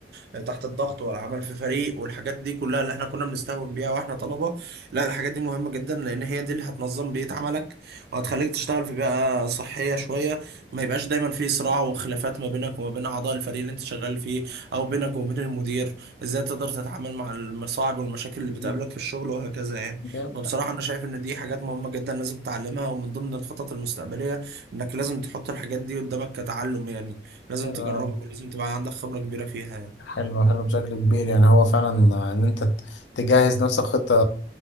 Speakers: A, on the right; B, on the left.
A: ال... تحت الضغط والعمل في فريق والحاجات دي كلها اللي احنا كنا بنستهون بيها واحنا طلبه لا الحاجات دي مهمه جدا لان هي دي اللي هتنظم بيئه عملك وهتخليك تشتغل في بيئه صحيه شويه ما يبقاش دايما في صراع وخلافات ما بينك وما بين اعضاء الفريق اللي انت شغال فيه او بينك وبين المدير ازاي تقدر تتعامل مع المصاعب والمشاكل اللي بتقابلك
B: مم.
A: في الشغل وهكذا يعني
B: جامد
A: فبصراحة انا شايف ان دي حاجات مهمة جدا لازم تتعلمها ومن ضمن الخطط المستقبلية انك لازم تحط الحاجات دي قدامك كتعلم يعني لازم
B: حلو
A: تجربها
B: أوي.
A: ولازم تبقى عندك خبرة كبيرة فيها يعني
B: حلو حلو بشكل كبير يعني هو فعلا
A: <laughs>
B: ان انت تجهز نفسك خطة